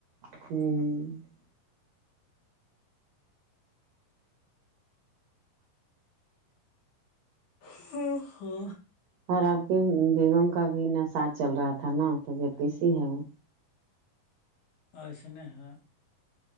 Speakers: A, on the right; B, on the left.
A: ہوں
B: ہو ہو
A: اور آپ کے بیگم کا بھی ناساز چل رہا تھا نا تبیت کیسی ہے وہ
B: ایسنے ہے <unintelligible>